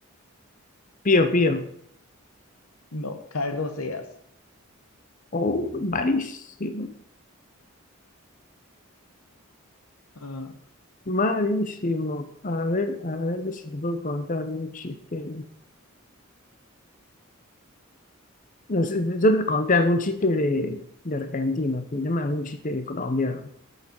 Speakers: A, on the left; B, on the left.
A: Pío, pío.
B: No, Carlos Seas.
A: Oh, malísimo,
B: Ah,
A: malísimo. A ver, a ver si te puedo contar algún chiste. No sé, yo te conté algún chiste de, de argentino, llama algún chiste de colombiano.